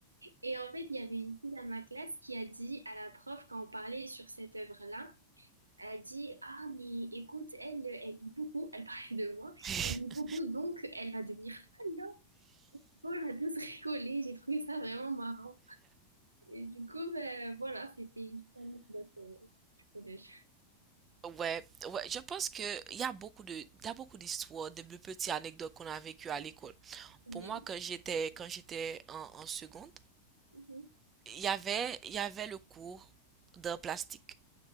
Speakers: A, on the right; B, on the right.
A: Et en fait, il y avait une fille dans ma classe qui a dit à la prof, quand on parlait sur cette œuvre-là, elle a dit, Ah, mais écoute, elle, elle lit beaucoup, elle parlait de moi,
B: <laughs>
A: elle lit beaucoup, donc elle va devenir fan, non? On a tous rigolé, j'ai trouvé ça vraiment marrant. Et du coup, ben, voilà, c'était une petite anecdote euh, du collège.
B: Ouais, ouais, je pense que il y a beaucoup de, il y a beaucoup d'histoires, de, de petites anecdotes qu'on a vécues à l'école.
A: Oui.
B: Pour moi, quand j'étais, quand j'étais en, en seconde,
A: Mhm.
B: il y avait, il y avait le cours de plastique.